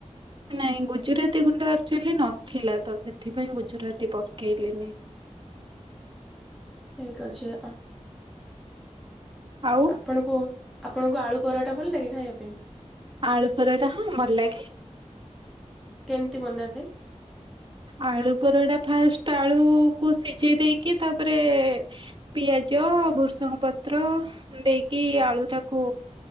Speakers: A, on the right; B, in the centre.
A: ନାଇଁ ଗୁଜୁରାତି ଗୁଣ୍ଡ ଆକ୍ଟୁଆଲି ନଥିଲା ତ ସେଥିପାଇଁ ଗୁଜୁରାତି ପକେଇଲିନି।
B: ଠିକ୍ ଅଛି। ଆ
A: ଆଉ
B: ଆପଣଙ୍କୁ, ଆପଣଙ୍କୁ ଆଳୁ ପରଟା ଭଲ ଲାଗେ ଖାଇବା ପାଇଁ?
A: ଆଳୁ ପରଟା, ହଁ ଭଲ ଲାଗେ।
B: କେମିତି ବନାନ୍ତି?
A: ଆଳୁ ପରଟା, ଫାଷ୍ଟ ଆଳୁକୁ ସିଝେଇ ଦେଇକି ତାପରେ ପିଆଜ, ଭୃସଙ୍ଗ ପତ୍ର ଦେଇକି ଆଳୁଟାକୁ